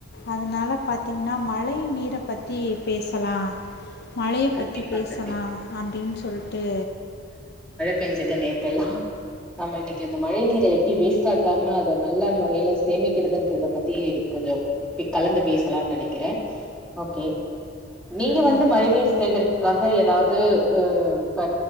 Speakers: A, on the left; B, in the centre.
A: அதுனால பாத்தீங்கன்னா மழை நீர பத்தி பேசலாம் மழய
B: கண்டிப்பா
A: பத்தி பேசலாம்
B: கண்டிப்பா
A: அப்டின் சொல்லுட்டு
B: பெஞ்சது நேத்து எல்லா நம்ம இன்னக்கி அந்த மழை நீரை எப்டி வேஸ்ட் ஆக்காம அத நல்ல முறைல சேமிக்கிறதுன்றத பத்தி கொஞ்ச கலந்து பேசலான் நினக்கிறேன் ஓகே நீங்க வந்து
A: ஓகே
B: மழை நீர் காக ஏதாவுது உ இப்ப